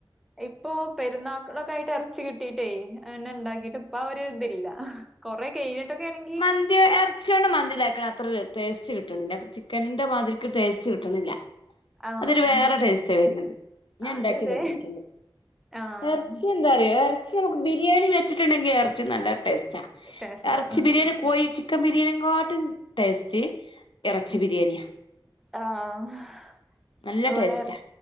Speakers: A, in the centre; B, on the left.
A: ഇപ്പോ പെര്ന്നാക്ക്ളൊക്കായ്ട്ട് എർച്ചി കിട്ടീട്ടേ അത് പിന്നെ ണ്ടാക്കീട്ട് ഇപ്പ ആ ഒരേ തില്ല കൊറേ കെയ്ഞ്ഞിട്ടൊക്കേണെങ്കി
B: മന്ത്യോ എർ ച്ച്യോണ്ട് മന്തി ണ്ടാക്ക്ണെ അത്രെ ര ടേസ്റ്റ് കിട്ട്ണ്ല്ല ചിക്കെന്റെ മാതിരിക്ക് ടേസ്റ്റ് കിട്ട്ണ്ല്ല
A: ആഹ്
B: അതൊരു വേറെ ടേസ്റ്റാ വര്ണത് ഞാൻ
A: അതെ
B: ഇണ്ടാക്കി
A: അതെ
B: നോക്കീട്ട്ണ്ട്
A: ആഹ്
B: എർച്ചി ന്താറ്യാേ എർച്ചി അമ്മക്ക് ബിരിയാണി വെച്ചിട്ട്ണ്ടെങ്കി എർച്ചി നല്ല ടേസ്റ്റാ
A: ടേസ്റ്റ
B: എർച്ചി
A: ഉം
B: ബിര്യാണി കോ ഴി ചിക്കൻ ബിര്യേൻ കാട്ടിം ടേസ്റ്റ് എറെച്ചി ബിര്യേണ്യാ
A: ആണോ
B: നല്ല
A: അത്പോലെ
B: ടേസ്റ്റാ
A: എർ